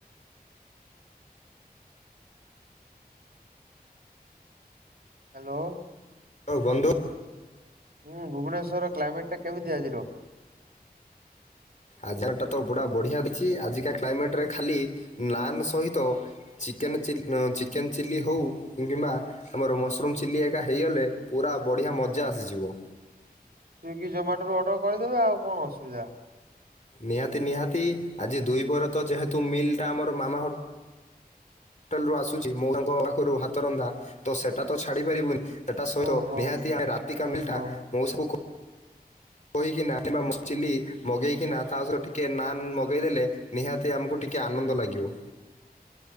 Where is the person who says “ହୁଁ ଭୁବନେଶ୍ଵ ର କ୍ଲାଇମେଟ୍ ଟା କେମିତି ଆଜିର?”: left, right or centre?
Right